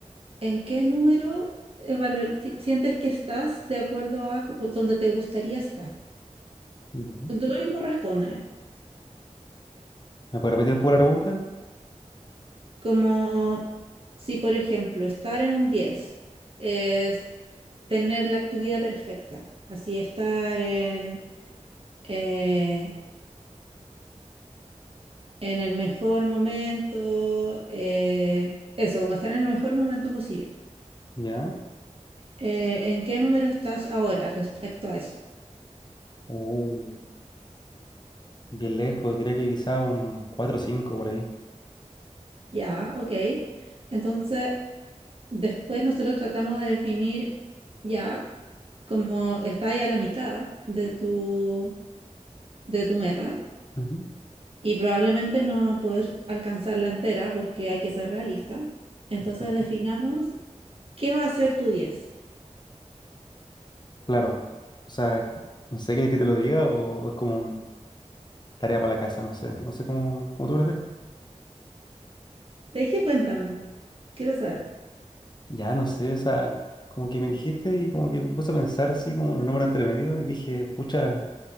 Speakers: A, on the right; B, on the left.
A: ¿en qué número evaluar- si- sientes que estás de acuerdo a como- donde te gustaría estar?
B: ya.
A: Tú mismo respóndeme.
B: ¿Me puede repetir un poco la pregunta?
A: Como si, por ejemplo, estar en un 10 es tener la, tu vida perfecta, así estar en, eh, en el mejor momento, eh, eso, como estar en el mejor momento posible.
B: Ya.
A: Eh, ¿en qué número estás ahora respecto a eso?
B: Oh, bien lejos, diría que quizá un 4 o 5 por ahí.
A: Ya, ok. Entonces, después nosotros tratamos de definir ya como está ahí a la mitad de tu, de tu meta
B: Ujú,
A: y probablemente no vamos a poder alcanzarla entera porque hay que ser realista. Entonces
B: Exacto.
A: definamos qué va a ser tu diez
B: Claro. O sea, no sé, ¿quieres que te lo diga o es como un tarea para la casa? No sé. No sé cómo, cómo tú prefieres.
A: Te dije, cuéntame, quiero saber.
B: Ya, no sé, o sea, como que me dijiste y como que me puse a pensar así como los números entre medio y dije, pucha.